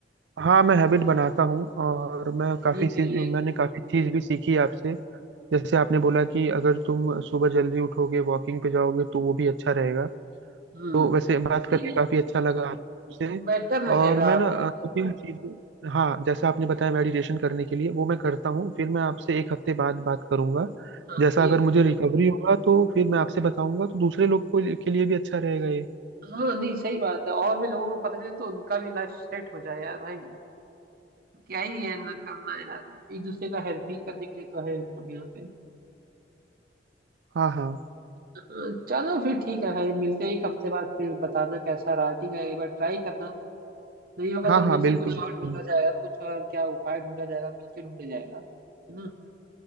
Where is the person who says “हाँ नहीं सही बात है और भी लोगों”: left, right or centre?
Right